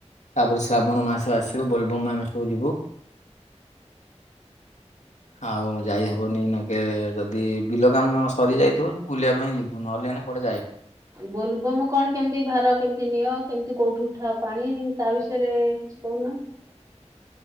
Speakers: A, on the left; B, on the right.
A: ତାପରେ ଶ୍ରାବଣ ମାସ ଆସିବ ବୋଲବମ୍ ଆମେ ସବୁ ଯିବୁ। ଆଉ ଯାଇହବନି ଏଇନାକେ ଯଦି ବିଲ କାମ ସରିଯାଇଥିବ ବୁଲିବା ପାଇଁ ଯିବୁ ନହେଲେ ଏଇନା କୁଆଡ଼େ ଯାଏ।
B: ବୋଲବମ୍ କଣ କେମିତି ଭାର କେମିତି ନିଅ କେମିତି କୋଉଠୁ ଉଠାଅ ପାଣି ତା ବିଷୟରେ କିଛି କହୁନ?